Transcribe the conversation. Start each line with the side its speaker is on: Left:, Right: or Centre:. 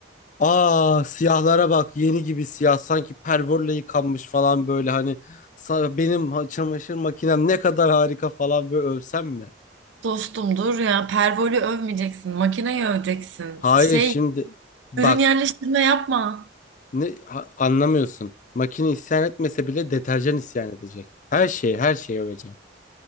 Left: Aa siyahlara bak yeni gibi siyah sanki pervorla yıkanmış falan böyle hani sa- benim ha- çamaşır makinem ne kadar harika falan böyle övsem mi?
Right: dostumdur ya. Pervoli övmeyeceksin. Makineyi öveceksin.
Left: Hayır
Right: Şey
Left: şimdi bak
Right: Ürün yerleştirme yapma.
Left: ne ha- anlamıyorsun makine isyan etmese bile deterjan isyan edecek her şeyi her şeyi öveceğim.